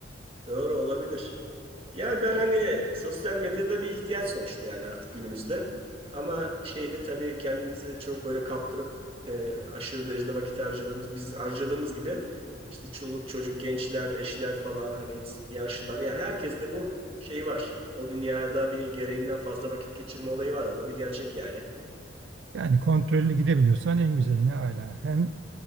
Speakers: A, on the right; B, on the right.
A: Doğru olabilir. Yani ben hani sosyal medyada bir ihtiyaç sonuçta yani artık günümüzde. Ama şeyde tabii kendimizi çok böyle kaptırıp e, aşırı derecede vakit harcadığımız, biz harcadığımız gibi işte çoluk çocuk, gençler, eşler falan hani ins- yaşlılar yani herkes de bu şey var. O dünyada bir gereğinden fazla vakit geçirme olayı var. O da bir gerçek yani.
B: Yani kontrollü gidebiliyorsan en güzeli ne âlâ. Hem